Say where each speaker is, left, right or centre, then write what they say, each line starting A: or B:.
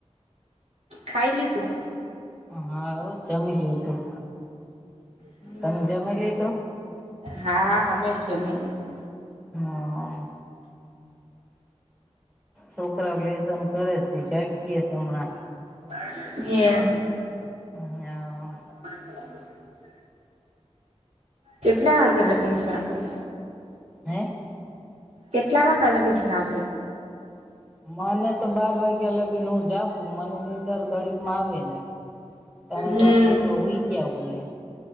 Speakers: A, on the right; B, on the right.
A: ખાઈલીધું?
B: <inaudible> હા, હો, જમી લીધું.
A: હમ
B: તમે જમી લીધું?
A: હા, અમે જમી લીધું.
B: હા છોકરાઓ લેસન કરેસ, તે જાગીયે સી હમણાં.
A: <unintelligible>
B: હા
A: <inaudible> કેટલા વાગયા લગીને છે? આપડુ.
B: હે
A: કેટલા વાગ્યા લગીન જાગુ?
B: મને તો, બાર વાગ્યા લગીન હું જાગું. મને- દર ઘડીક માં આવે નઈ, તણે
A: હમ
B: બાપ દીકરો હુઈ ગયા હોય.